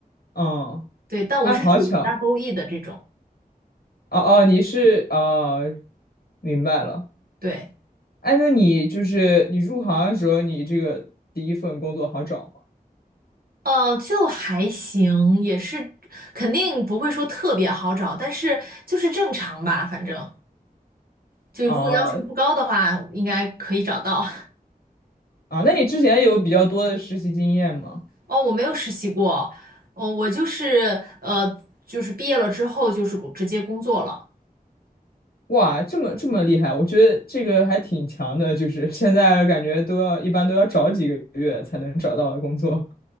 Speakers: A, on the left; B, on the right.
A: 嗯，
B: 对，但我是属于
A: 哎，好巧。
B: Double E 的这种。
A: 哦哦，你是啊，明白了。
B: 对，
A: 哎，那你就是你入行的时候，你这个第一份工作好找吗？
B: 呃，就还行，也是肯定不会说特别好找，但是就是正常吧，反正就如果要求不高的话，
A: 啊，
B: 应该可以找到。
A: 啊，那你之前有比较多的实习经验吗？
B: <laughs> 哦，我没有实习过，哦，我就是呃，就是毕业了之后就是直接工作了。
A: 哇，这么这么厉害，我觉得这个还挺强的，就是 <laughs> 现在感觉都要一般都要找几个月才能找到工作。